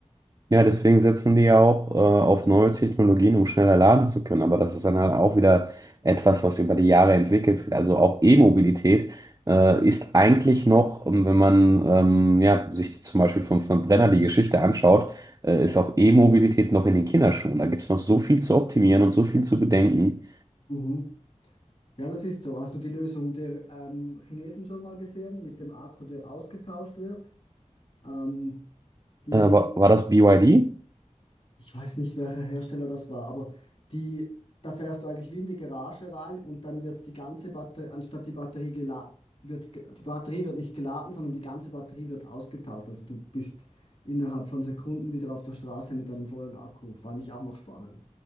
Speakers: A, on the right (about 25°); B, on the left (about 50°).
A: Ja, deswegen setzen die ja auch äh, auf neue Technologien, um schneller laden zu können. Aber das ist dann halt auch wieder etwas, was über die Jahre entwickelt wird. Also auch E-Mobilität äh, ist eigentlich noch, ähm, wenn man ähm, ja, sich zum Beispiel vom Verbrenner die Geschichte anschaut, äh, ist auch E-Mobilität noch in den Kinderschuhen. Da gibt es noch so viel zu optimieren und so viel zu bedenken.
B: Mhm. Ja, das ist so. Hast du die Lösung der ähm, Chinesen schon mal gesehen mit dem Akku, der ausgetauscht wird? Ähm, die
A: Äh, war, war das BYD?
B: Ich weiß nicht, welcher Hersteller das war, aber die, da fährst du eigentlich wie in die Garage rein und dann wird die ganze Batterie, anstatt die Batterie geladen, wird, ge- die Batterie wird nicht geladen, sondern die ganze Batterie wird ausgetauscht. Also du bist innerhalb von Sekunden wieder auf der Straße mit einem vollen Akku. Fand ich auch noch spannend.